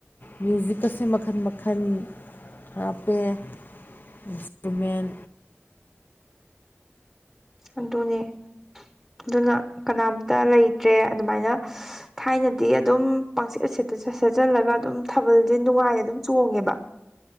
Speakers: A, on the left; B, in the centre.
A: ꯃ꯭ꯌꯨꯖꯤꯛꯀꯁꯦ ꯃꯈꯟ ꯃꯈꯟ ꯍꯥꯄꯦ ꯏꯟꯁꯇ꯭ꯔꯨꯃꯦꯟ
B: ꯑꯗꯨꯅꯦ ꯑꯗꯨꯅ ꯀꯅꯥꯝꯇ ꯂꯩꯇ꯭ꯔꯦ ꯑꯗꯨꯃꯥꯏꯅ ꯊꯥꯏꯅꯗꯤ ꯑꯗꯨꯝ ꯄꯪꯆꯠ ꯑꯁꯦ ꯁꯠꯆꯜꯂꯒ ꯑꯗꯨꯝ ꯊꯥꯕꯜꯁꯦ ꯅꯨꯡꯉꯥꯏꯅ ꯑꯗꯨꯝ ꯆꯣꯡꯉꯦꯕ